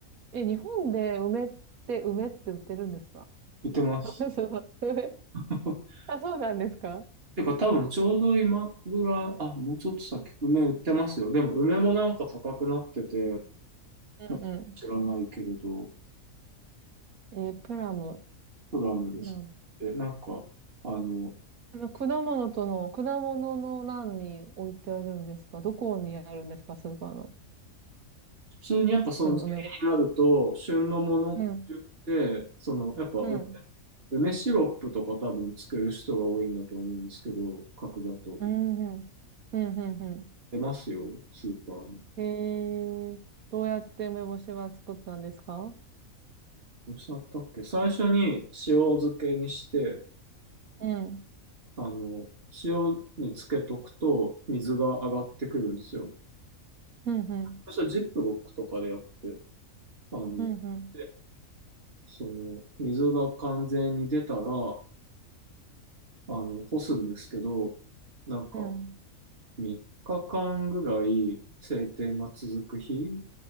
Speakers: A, on the right; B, on the right.
A: え、日本で梅って、梅って売ってるんですか
B: 売ってます。
A: <laughs> そう梅
B: <laughs>
A: <laughs> あ、そうなんですか
B: てか多分ちょうど今ぐらい、あ、もうちょっと先、梅売ってますよ。でも梅もなんか高くなってて、
A: うんうんう
B: なんか知らないけれど、
A: ん。えープラム。
B: プラムです。
A: プラム。
B: で、なんか、あの、
A: あの果物との、果物の欄に置いてあるんですかどこにあるんですかスーパーの。
B: 普通にやっぱその時期になると、
A: その梅干し。
B: 旬のものって言って、
A: うん。
B: その、やっぱう
A: うん。
B: 梅シロップとか多分つける人が多いんだと思うんですけど、角砂糖とか。
A: うん。うん。うん。う
B: 出ますよ、スーパーに。
A: ん。へえー。どうやって梅干しは作ったんですか
B: どうしたったっけ最初に塩漬けにして、
A: うん。
B: あの、塩につけとくと水が上がってくるんですよ。
A: うん。うん。
B: そしたらジップロックとかでやって、あの、
A: うん。うん。
B: でその、水が完全に出たら、あの、干すんですけど、なんか
A: うん。
B: 3日間ぐらい晴天が続く日